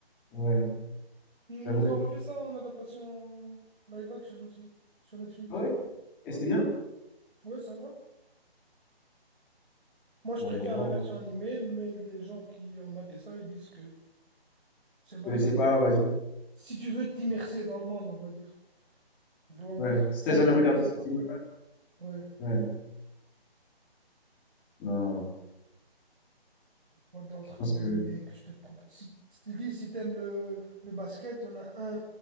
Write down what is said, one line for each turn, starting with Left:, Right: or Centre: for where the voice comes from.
Centre: Ouais,
Right: Ils
Centre: j'avoue.
Right: ont refait ça en adaptation live action aussi, sur Netflix.
Centre: Ah Ouais,
Right: Ouais,
Centre: et c'était bien?
Right: ouais, ça va. Moi, je
Centre: Bon,
Right: préfère
Centre: bon, bon.
Right: la version animée, mais les gens qui ont maté ça, ils disent que c'est abordable.
Centre: Je connaissais pas, vas-y.
Right: Si tu veux t'immerser dans le monde, on va dire. De One
Centre: Ouais,
Right: Piece, comprendre
Centre: si t'as jamais
Right: de
Centre: regardé
Right: quoi ça
Centre: ce
Right: parle.
Centre: film-là,
Right: Ouais,
Centre: ouais, non,
Right: quoi d'autre
Centre: je
Right: comme
Centre: pense
Right: animé
Centre: que
Right: que je peux te proposer? Si si tu dis, si t'aimes le, le basket, il y en a un